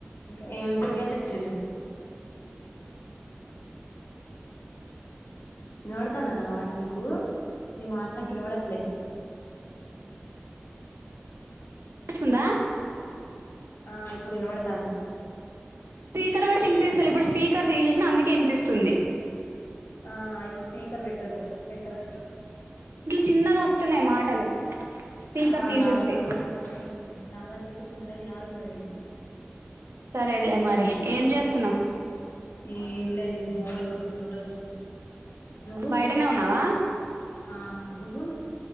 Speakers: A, on the left (about 65°); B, on the right (about 75°).
A: ఇంకా ఏమేం కూరగాయలు తెచ్చిల్లు వినబడుతందా నా మాట నీకు నీ మాట నాకు వినబడట్లే
B: పిస్తుందా
A: ఆ ఇప్ ప్పుడు వినవడుతాంది
B: తరువాడ్తి ఇన్పిస్తలే ఇప్పుడు స్పీకర్ తీసేస్నా అందుకే ఇన్పిస్తుంది
A: ఆ అయితే స్పీకర్ వెట్ టద్దు పెట్టకు
B: చిన్నగొస్తున్నయ్ మాటలు స్పీకర్
A: ఆ
B: తీసేస్తే
A: నా దాంట్లో గుడా చిన్నగనే వస్తున్నాయ్ నాదాంట్లో గుడా చిన్నగినబడుతుంది ఇది
B: సరే లే మరి ఏం చేస్తున్నావు
A: ఏం లేదు ఈ దోమల్ గొట్టుకుంటా కూచున్నా నువ్వు
B: బయటనే ఉన్నావా
A: ఆ నువ్వు